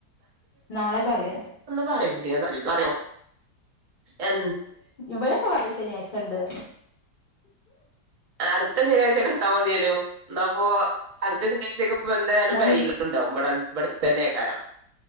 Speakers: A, on the left (about 55°); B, on the right (about 55°).
A: നാളെ പറയാ
B: പറയണ്ട പറ എ
A: ഇവളൊക്കെ പറഞ്ഞു ശനിയാഴ്ചണ്ട്ന്ന്
B: അടുത്ത ശനിയാഴ്ചക്കെ എടുത്താൽ മതിയേനു എന്നപ്പോൊ അടുത്ത ശനിയാഴ്ച എന്താലും
A: എന്നാ
B: വരില
A: പിന്നെ
B: ഉണ്ടാവും ഇവിട ഇവി തന്നെ കേക്കാനോ